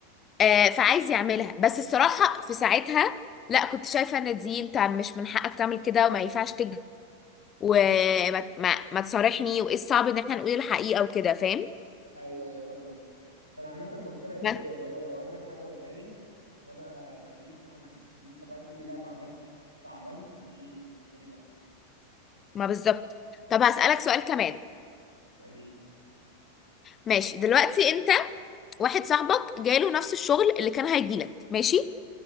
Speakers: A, on the left (about 25°); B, on the right (about 90°).
A: آه فعايز يعملها بس الصراحة في ساعتها لا كنت شايفة ان دي انت مش من حقك تعمل كده وما ينفعش تكذب وما ما, ما تصارحني وايه الصعب ان احنا نقول الحقيقة وكده فاهم
B: ايوه ايوه فاهم قصدك انا عامة بقتنع بكده
A: بس
B: اللي هو لو عندك حاجة قولها لي وانا ما عنديش مانع بس ان انت بقى تقول لي لا ما عملتش وتطلع عملت دي بالنسبة لي لا
A: ما بالظبط طب هسألك سؤال كمان
B: اسألي لي
A: ماشي دلوقتي انت واحد صاحبك جاله نفس الشغل اللي كان هيجيلك ماشي